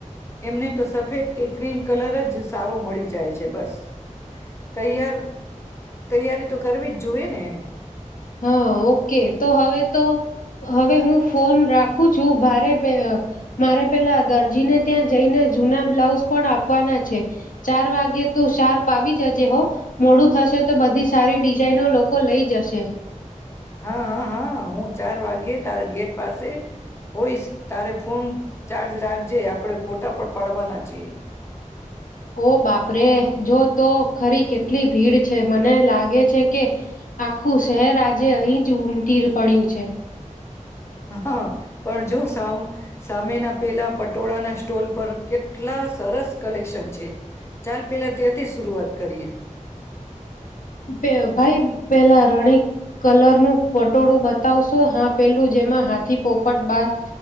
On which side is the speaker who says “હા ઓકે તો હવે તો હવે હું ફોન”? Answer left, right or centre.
Left